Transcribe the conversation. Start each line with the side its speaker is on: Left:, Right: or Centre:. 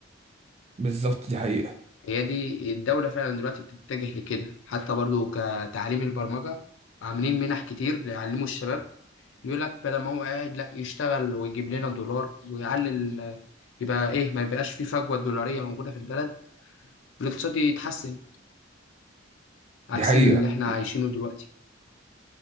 Right: بالظبط دي حقيقه
Left: هي دي الدوله فعلا دلوقتي بتتجه لكده حتى برضو كتعليم البرمجه عاملين منح كتير ليعلموا الشباب يقول لك بدل ما هو قاعد لا يشتغل ويجيب لنا دولار ويعلي ال- يبقى ايه ما يبقاش في فجوة دولارية موجودة في البلد والاقتصاد يتحسن عكس
Right: دي حقيقه
Left: اللي احنا عايشينه دلوقتي